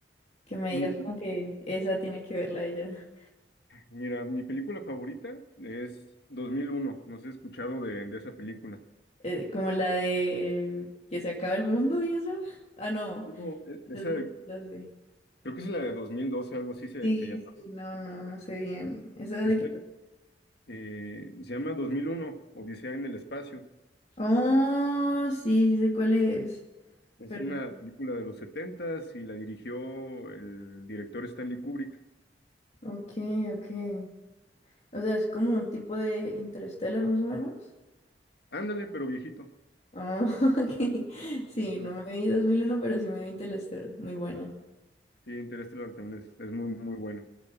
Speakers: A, on the left; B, on the left.
A: que me
B: Mi-
A: digas como que esa tiene que verla ella.
B: Mira, mi película favorita es 2001. no sé si has escuchado de, de esa película.
A: Eh, como la de que se acaba el mundo y eso. Ah, no,
B: No, e-
A: eso
B: esa
A: no sé.
B: Creo que es la de 2012, algo así se,
A: Sí,
B: se llama.
A: sí, no, no, no sé bien. Esa
B: Este,
A: de que...
B: eh, se llama 2001, Odisea en el espacio.
A: Oh, sí, sí sé cuál es.
B: Es
A: Pero...
B: una
A: no-
B: película de los setentas y la dirigió el director Stanley Kubrick.
A: Ok, ok. O sea, es como un tipo de Interstellar más o menos.
B: Ándale, pero viejito.
A: Ah, <laughs> ok. Sí,
B: Ajá.
A: no me vi 2001 pero sí me vi Interstellar. Muy buena.
B: Sí, Interestelar también es, es muy, muy buena.